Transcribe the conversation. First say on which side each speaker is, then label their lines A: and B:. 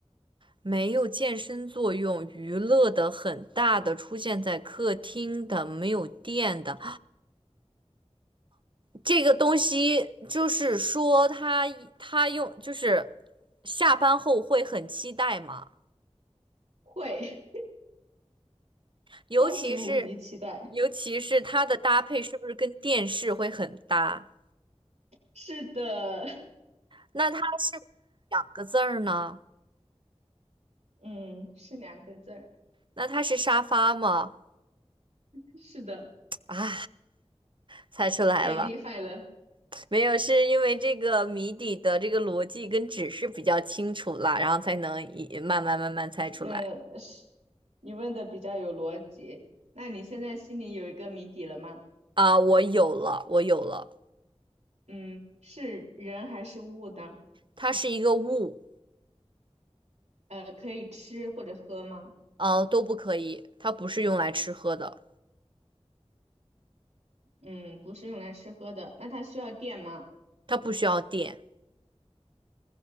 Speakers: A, on the right (about 45°); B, on the right (about 90°).
A: 没有健身作用，娱乐的很大的出现在客厅的，没有电的这个东西，就是说它它用就是下班后会很期待嘛，
B: 会，
A: 尤其是
B: <laughs> 超级无敌期待，
A: 尤其是它的搭配是不是跟电视会很搭？
B: 是的，
A: 那它是两个字儿呢？
B: <laughs> 嗯，是两个字儿，
A: 那它是沙发吗？
B: 是的，
A: 啊，猜出来了，
B: 太厉害了，
A: 没有，是因为这个谜底的这个逻辑跟指示比较清楚了，然后才能一慢慢慢慢猜出来。
B: 嗯，是，你问的比较有逻辑。那你现在心里有一个谜底了吗？
A: 啊，我有了，我有了，
B: 嗯，是人还是物的？
A: 它是一个物，
B: 呃，可以吃或者喝吗？
A: 呃，都不可以，它不是用来吃喝的，
B: 嗯，不是用来吃喝的。那它需要电吗？
A: 它不需要电。